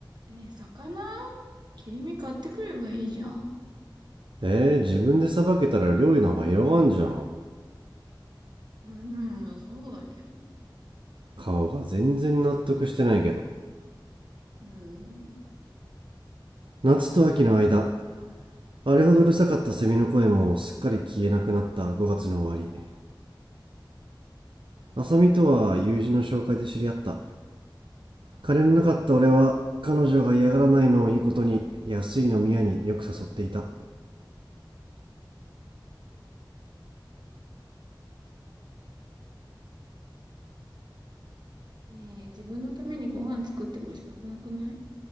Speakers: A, on the right; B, on the right.
A: え、魚切り身買ってくればいいじゃん。
B: えー、自分でさばけたら料理の幅広がんじゃん。
A: うん、まあそうだけど。
B: 顔が全然納得してないけど。
A: うん。
B: 夏と秋の間、あれほどうるさかったセミの声もすっかり消えなくなった5月の終わり。浅見とは友人の紹介で知り合った。金のなかった俺は彼女が嫌がらないのをいいことに安い飲み屋によく誘っていた。
A: ねえ、自分のためにご飯作っても仕方なくない